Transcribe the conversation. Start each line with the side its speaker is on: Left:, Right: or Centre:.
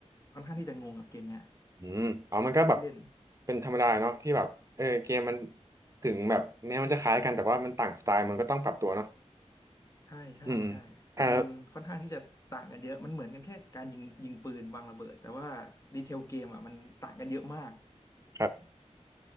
Left: ค่อนข้างที่จะงงกับเกมเนี้ย
Right: อืมอ๋อมันก็แบบ
Left: ไม่ค่อยได้เล่น
Right: เป็นธรรมดาเนาะที่แบบเออเกมมัน
Left: อืม
Right: ถึงแบบแม้มันจะคล้ายกันแต่ว่ามันต่างสไตล์มันก็ต้องปรับตัวเนาะ
Left: ใช่ใช่ใช่มันค่อนข้างที่จะต่างกันเยอะ
Right: อืมอืมอ่า
Left: มันเหมือนกันแค่การยิงยิงปืนวางระเบิด แต่ว่าดีเทลเกมอ่ะมันต่างกันเยอะมาก
Right: ครับ